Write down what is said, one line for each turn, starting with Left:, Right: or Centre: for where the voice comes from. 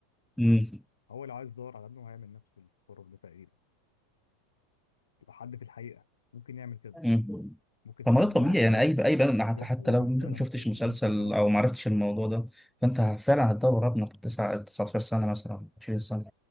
Centre: <laughs>
Left: تمام هو لو عايز يدور على ابنه هيعمل نفس التصرف ده تقريبا لو حد في الحقيقة ممكن يعمل كده
Centre: مم.
Left: ممكن
Centre: طب
Left: فعلا
Centre: ما ده طبيعي
Left: يدور وراه
Centre: يعني اي اي بني آدم،
Left: ويروح
Centre: حتى حتى
Left: ويروح
Centre: لو ما
Left: فعلا
Centre: شفتش
Left: في مكان
Centre: مسلسل
Left: الصحراء
Centre: او ما عرفتش الموضوع ده فانت فعلا هتدور ابنك 9 19 سنه مثلا 20 سنه